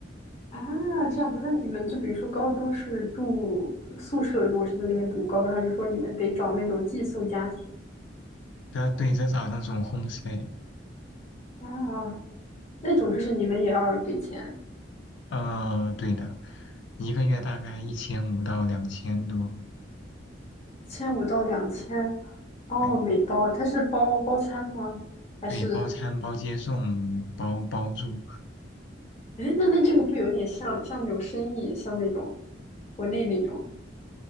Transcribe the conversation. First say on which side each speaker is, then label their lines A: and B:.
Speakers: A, on the left; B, on the left.
A: 啊，这样子，那你们就比如说高中是住宿舍，如果是在那边读高中，还是说你们得找那种寄宿家庭
B: 这对，这是好像那种 homestay，
A: 啊？那种就是你们也要给钱，
B: 呃，对的，一个月大概一千五到两千多，
A: 一千五到两千，哦，
B: 对
A: 每包，它是包包餐吗？还是，
B: 对，包餐包接送包包住，
A: 哎，那那这个不有点像像那种生意，像那种国内那种